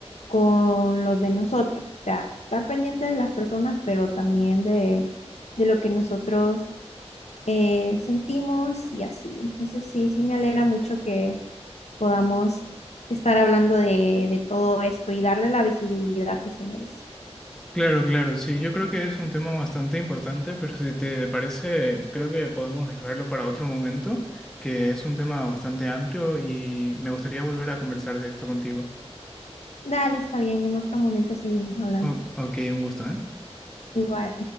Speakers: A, on the left; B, in the centre.
A: con los de nosotros. O sea, estar pendiente de las personas, pero también de, de lo que nosotros eh, sentimos y así. Entonces, sí, sí me alegra mucho que podamos estar hablando de, de todo esto y darle la visibilidad que se merece.
B: Claro, claro, sí, yo creo que es un tema bastante importante, pero si te parece, creo que podemos dejarlo para otro momento, que es un tema bastante amplio y me gustaría volver a conversar de esto contigo.
A: Dale, está bien, en otro momento seguimos hablando.
B: O- ok, un gusto, ¿eh?
A: Igual.